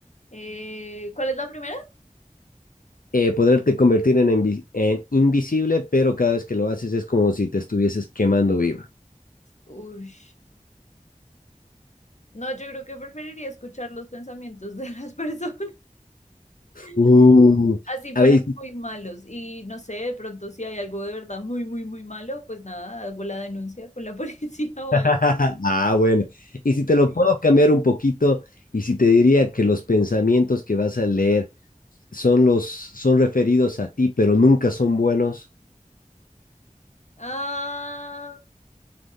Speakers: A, on the left; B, on the left.
A: Eh, ¿cuál es la primera?
B: Eh, poderte convertir en, invi- en invisible, pero cada vez que lo haces es como si te estuvieses quemando viva.
A: Uy. No, yo creo que preferiría escuchar los pensamientos de las personas, <laughs>
B: Uh,
A: así
B: a
A: fueran
B: ver,
A: muy malos. Y no sé, de pronto si hay algo de verdad muy, muy, muy malo, pues nada, hago la denuncia con la <laughs> policía
B: <laughs>
A: o
B: ah,
A: algo.
B: bueno. Y si te lo puedo cambiar un poquito, y si te diría que los pensamientos que vas a leer son los, son referidos a ti, pero nunca son buenos.
A: Ah,